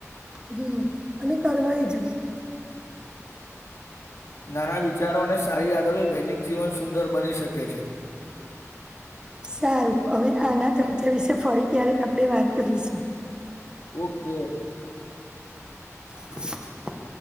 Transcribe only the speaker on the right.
હમ અને કરવાય જ
સારું હવે આના ચર્ચા વિશે ફરી ક્યારેક આપડણે વાત કરીશું
<unintelligible>